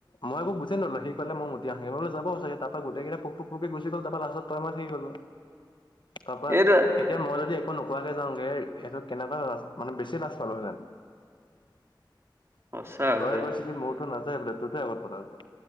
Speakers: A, on the left; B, on the right.
A: মই একো বুজি নলো, সি কলে মই মতি আহো মই বোলো যাব চাগে তাৰপা গোটেই কেইটাই পোক পোক কৈ গুছি গল তাৰ পৰা লাষ্টত তই মই থাকি গলো। তাৰপা
B: সেইটোৱে
A: এ এতিয়া মই যদি একো নোকোৱাকে যাওঁগে এইটো কেনেকুৱা লাজ মানে বেছি লাজ পালোহেতেন।
B: সঁচা
A: তই
B: বে
A: কৈছিলি মোৰটো নাযায় বোলে তোৰতো এ আগত ফটালে।